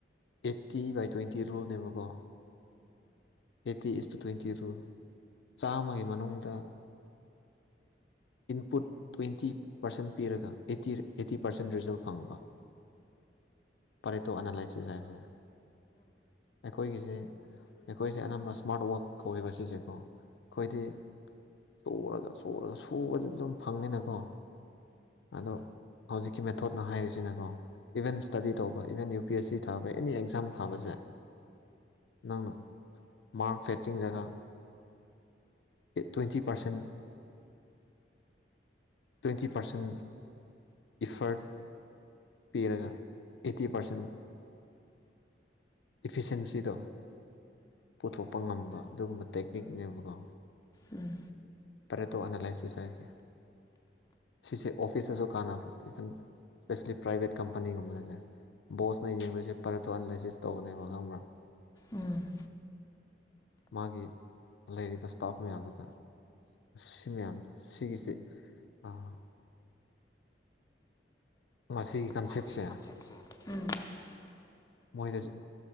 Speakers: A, on the left; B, on the left.
A: ꯑꯦꯠꯇꯤ ꯕꯥꯏ ꯇ꯭ꯋꯦꯟꯇꯤ ꯔꯨꯜꯅꯦꯕꯀꯣ eighty is to twenty rule ꯆꯥꯝꯃꯒꯤ ꯃꯅꯨꯡꯗ ꯏꯟꯄꯨꯠ ꯇ꯭ꯋꯦꯟꯇꯤ ꯄꯥꯔꯁꯦꯟ ꯄꯤꯔꯒ ꯑꯩꯠꯇꯤ ꯑꯩꯠꯇꯤ ꯄꯥꯔꯁꯦꯟ ꯔꯤꯖꯜ ꯐꯪꯕ ꯄꯔꯦꯇꯣ ꯑꯅꯥꯂꯥꯏꯁꯤꯁ ꯍꯥꯏꯕꯁꯦ ꯑꯩꯈꯣꯏꯒꯤꯁꯦ ꯑꯩꯈꯣꯏꯁꯦ ꯑꯅꯝꯕ ꯏꯁꯃꯥꯔꯠ ꯋꯛ ꯀꯧꯋꯦꯕ ꯁꯤꯁꯦꯀꯣ ꯑꯩꯈꯣꯏꯗꯤ ꯁꯨꯔꯒ ꯁꯨꯔꯒ ꯁꯨꯕꯗꯤ ꯑꯗꯨꯝ ꯐꯪꯉꯤꯅꯀꯣ ꯑꯗꯣ ꯍꯧꯖꯤꯛꯀꯤ ꯃꯦꯊꯣꯠꯅ ꯍꯥꯏꯔꯤꯁꯤꯅꯀꯣ ꯏꯚꯟ ꯁ꯭ꯇꯗꯤ ꯇꯧꯕ even U P S C ꯊꯩ ꯑꯦꯅꯤ ꯑꯦꯛꯖꯥꯝ ꯊꯕꯁꯦ ꯅꯪꯅ ꯃꯥꯥꯡꯛ ꯐꯦꯠꯆꯤꯡ ꯒꯥ twenty percent twenty percent effort ꯄꯤꯔꯒ ꯑꯦꯠꯇꯤ ꯄꯥꯔꯁꯦꯟ ꯏꯐꯤꯁꯦꯟꯁꯤꯗꯣ ꯄꯨꯊꯣꯛꯄ ꯉꯝꯕ ꯑꯗꯨꯒꯨꯝꯕ ꯇꯦꯛꯅꯤꯛꯅꯦꯕꯀꯣ
B: ꯎꯝ
A: ꯑꯦꯥꯏꯁꯤꯁ ꯍꯥꯏꯁ ꯁꯤ ꯑꯣꯐꯤꯁꯇꯁꯨ ꯀꯥꯟꯅꯕ ꯏꯚꯟ ꯏꯁꯄꯦꯁꯜꯂꯤ ꯄ꯭ꯔꯥꯏꯚꯦꯠ ꯀꯝꯄꯅꯤꯒꯨꯝꯕꯗꯁꯦ ꯕꯣꯁꯅ ꯌꯦꯡꯗꯣꯏꯁꯦ ꯄꯔꯠꯇꯣ ꯑꯅꯥꯂꯥꯏꯁꯤꯁ ꯇꯧꯧꯕꯅꯦꯕ ꯈꯪꯕ꯭ꯔꯥ
B: ꯎꯝ
A: ꯃꯥꯒꯤ ꯂꯩꯔꯤꯕ ꯏꯁꯇꯥꯐ ꯃꯌꯥꯝꯗꯨꯗ ꯁꯤ ꯃꯌꯥꯝ ꯁꯤꯒꯤꯁꯤꯦ ꯑꯥ ꯃꯁꯤꯒꯤ ꯀꯟꯁꯦꯞꯁꯦ
B: ꯃꯁꯤꯒꯤ ꯀꯟꯦꯞꯁꯦ ꯎ
A: ꯃꯣꯏꯗ